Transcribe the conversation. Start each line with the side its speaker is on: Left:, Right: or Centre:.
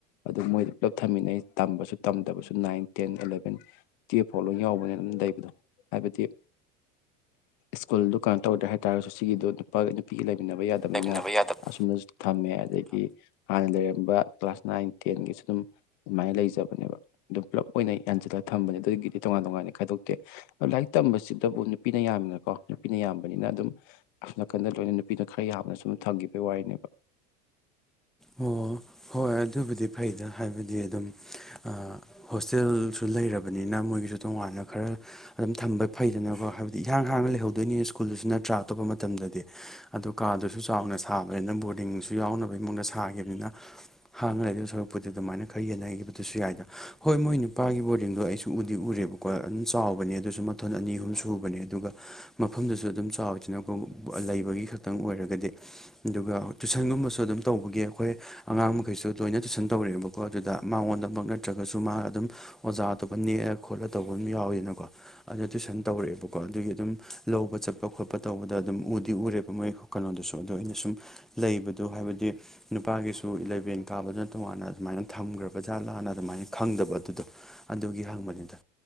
Left: ꯑꯗꯨ ꯃꯣꯏꯗꯤ ꯄꯨꯂꯞ ꯊꯝꯃꯤꯟꯅꯩ ꯇꯝꯕꯁꯨ ꯇꯝꯗꯕꯁꯨ ꯅꯥꯏꯟ ꯇꯦꯟ ꯑꯦꯂꯚꯦꯟ ꯇꯨꯌꯦꯜꯐꯥꯎ ꯂꯣꯏ ꯌꯥꯎꯕꯅꯦꯅ ꯑꯗꯨꯝ ꯂꯩꯕꯗꯣ ꯍꯥꯏꯕꯗꯤ ꯁ꯭ꯀꯨꯜꯗꯨ ꯀꯩꯅꯣ ꯇꯧꯗ꯭ꯔꯦ ꯍꯥꯏꯇꯥꯔꯁꯨ ꯁꯤꯒꯤꯗꯣ ꯅꯨꯄꯥꯒ ꯅꯨꯄꯤꯒ ꯂꯩ ꯃꯤꯟꯅꯕ ꯌꯥꯗꯕꯅꯤꯅ
Centre: ꯂꯩꯃꯤꯟꯅꯕ ꯌꯥꯗꯕ
Left: ꯑꯁꯨꯝꯗꯁꯨ ꯊꯝꯃꯦ ꯑꯗꯒꯤ ꯍꯥꯟꯅ ꯂꯩꯔꯝꯕ ꯀ꯭ꯂꯥꯁ ꯅꯥꯏꯟ ꯇꯦꯟꯒꯤꯁꯨ ꯑꯗꯨꯝ ꯑꯗꯨꯃꯥꯏꯅ ꯂꯩꯖꯕꯅꯦꯕ ꯑꯗꯨꯝ ꯄꯨꯂꯞ ꯑꯣꯏꯅ ꯌꯥꯟꯁꯤꯜꯂꯒ ꯊꯝꯕꯅꯦ ꯑꯗꯨꯒꯤꯗꯤ ꯇꯣꯉꯥꯟ ꯇꯣꯉꯥꯟꯅ ꯈꯥꯏꯗꯣꯛꯇꯦ ꯂꯥꯏꯔꯤꯛ ꯇꯝꯕꯁꯤꯗꯕꯨ ꯅꯨꯄꯤꯅ ꯌꯥꯝꯃꯤꯗꯅꯀꯣ ꯅꯨꯄꯤꯅ ꯌꯥꯝꯕꯅꯤꯅ ꯑꯗꯨꯝ ꯑꯁꯣꯝ ꯅꯥꯀꯟꯗ ꯂꯣꯏꯅ ꯅꯨꯞ ꯄꯤꯅ ꯈꯔ ꯌꯥꯝꯃ ꯁꯨꯝ ꯊꯝꯈꯤꯕꯒꯤ ꯋꯥꯔꯤꯅꯦꯕ
Centre: ꯑꯣ ꯍꯣꯏ ꯑꯗꯨꯕꯨꯗꯤ ꯐꯩꯗ ꯍꯥꯏꯕꯗꯤ ꯑꯗꯨꯝ ꯑꯥ ꯍꯣꯁꯇꯦꯜꯁꯨ ꯂꯩꯔꯕꯅꯤꯅ ꯃꯣꯏꯒꯤꯁꯨ ꯇꯣꯉꯥꯟꯅ ꯈꯔ ꯑꯗꯨꯝ ꯊꯝꯕ ꯐꯩꯗꯅꯀꯣ ꯍꯥꯏꯕꯗꯤ ꯏꯍꯥꯡ ꯍꯥꯡꯅ ꯂꯩꯍꯧꯗꯣꯏꯅꯤ ꯁ꯭ꯀꯨꯜꯗꯨꯁꯨ ꯅꯠꯇ꯭ꯔꯥ ꯑꯇꯣꯞꯄ ꯃꯇꯝꯗꯗꯤ ꯑꯗꯣ ꯀꯥꯗꯨꯁꯨ ꯆꯥꯎꯅ ꯁꯥꯕꯅꯤꯅ ꯕꯣꯔꯗꯤꯡꯁꯨ ꯌꯥꯎꯅꯕꯒꯤ ꯃꯑ‌ꯣꯡꯗ ꯁꯥꯈꯤꯕꯅꯤꯅ ꯍꯥꯡꯉ ꯂꯩꯗꯧ ꯁꯔꯨꯛꯄꯨꯗꯤ ꯑꯗꯨꯃꯥꯏꯅ ꯈꯔ ꯌꯦꯟꯅꯈꯤꯕꯗꯨꯁꯨ ꯌꯥꯏꯗ ꯍꯣꯏ ꯃꯣꯏ ꯅꯨꯞ ꯄꯥꯒꯤ ꯕꯣꯔꯗꯤꯡꯗꯣ ꯑꯩꯁꯨ ꯎꯗꯤ ꯎꯔꯦꯕꯀꯣ ꯑꯗꯨꯝ ꯆꯥꯎꯕꯅꯦ ꯑꯗꯨꯁꯨ ꯃꯊꯣꯟ ꯑꯅꯤ ꯍꯨꯝ ꯁꯨꯕꯅꯦ ꯑꯗꯨꯒ ꯃꯐꯝꯗꯨꯁꯨ ꯑꯗꯨꯝ ꯆꯥꯎꯋꯤꯗꯅꯀꯣ ꯂꯩꯕꯒꯤ ꯈꯛꯇꯪ ꯑꯣꯏꯔꯒꯗꯤ ꯗꯨꯒ ꯇꯨꯏꯁꯟꯒꯨꯝꯕꯁꯨ ꯑꯗꯨꯝ ꯇꯧ ꯒꯦ ꯑꯈꯣꯏ ꯑꯉꯥꯡ ꯃꯈꯩꯁꯨ ꯂꯣꯏꯅ ꯇꯨꯏꯁꯟ ꯇꯧꯔꯦꯕꯀꯣ ꯑꯗꯨꯗ ꯃꯥꯉꯣꯟꯗꯃꯛ ꯅꯠꯇ꯭ꯔꯒꯁꯨ ꯃꯥ ꯑꯗꯨꯝ ꯑꯣꯖꯥ ꯑꯇꯣꯞꯄ ꯅꯦꯑ ꯈꯣꯠꯂ ꯇꯧꯕ ꯑꯝ ꯌꯥꯎꯋꯤꯗꯅꯀꯣ ꯑꯗ ꯇꯨꯏꯁꯟ ꯇꯧꯔꯦꯑꯦꯕꯀꯣ ꯑꯗꯨꯒꯤ ꯑꯗꯨꯝ ꯂꯧꯕ ꯆꯠꯄ ꯈꯣꯠꯄ ꯇꯧꯕꯗ ꯑꯗꯨꯝ ꯎꯗꯤ ꯎꯔꯦꯕ ꯃꯣꯏ ꯀꯩꯅꯣꯗꯨꯁꯨ ꯑꯗꯣ ꯑꯩꯅ ꯁꯨꯝ ꯂꯩꯕꯗꯣ ꯍꯥꯏꯕꯗꯤ ꯅꯨꯄꯥꯒꯤꯁꯨ ꯏꯂꯚꯦꯟ ꯀꯥꯕꯅ ꯇꯣꯉꯥꯟꯅ ꯑꯗꯨꯃꯥꯏꯅ ꯊꯝꯒ꯭ꯔꯕ ꯖꯥꯠꯂꯥꯅ ꯑꯗꯨꯃꯥꯏꯅ ꯈꯪꯗꯕ ꯑꯗꯨꯗꯣ ꯑꯗꯨꯒꯤ ꯍꯪꯕꯅꯤꯗ